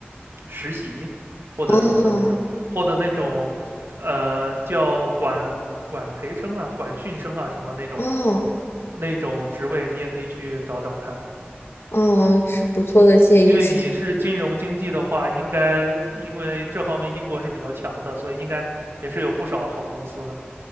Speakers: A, on the right; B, on the left.
A: 实习或者什么的那种，
B: 哦
A: 或者那种呃叫管管培生啊、管训生啊什么那种
B: 哦
A: 那种职位，你也可以去找找看。
B: 哦，是不错的建议。
A: 因为你是金融经济的话，
B: 是，
A: 应该因为这方面英国是比较强的，所以应该也是有不少好公司的。